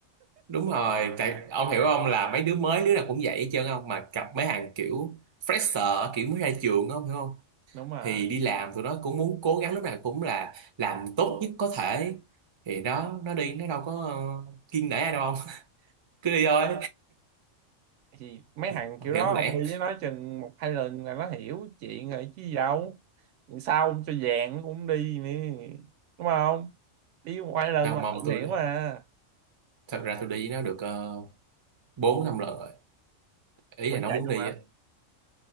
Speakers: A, on the right; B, on the right.
A: đúng rồi tại ông hiểu không là mấy đứa mới đứa nào cũng vậy hết trơn không mà gặp mấy hàng kiểu fresher kiểu mới ra trường á, ông hiểu không
B: đúng rồi
A: thì đi làm tụi nó cũng muốn cố gắng lúc nào cũng là làm tốt nhất có thể thì nó nó đi nó đâu có ờ, kiêng nể ai đâu ông <laughs> cứ đi thôi
B: thì mấy
A: thì,
B: thằng kiểu
A: thì
B: đó
A: không
B: ông
A: lẽ
B: đi với nó chừng một hai lần là nó hiểu chuyện rồi chứ gì đâu sao ông cho vàng nó cũng đi nữa đúng không đi một hai lần
A: mà
B: là
A: mong
B: tự
A: tôi
B: hiểu
A: đi
B: mà
A: thật ra tôi đi nó được uh, 4 5 lần rồi ý
B: vẫn
A: là nó
B: vậy
A: muốn
B: luôn
A: đi
B: hả
A: á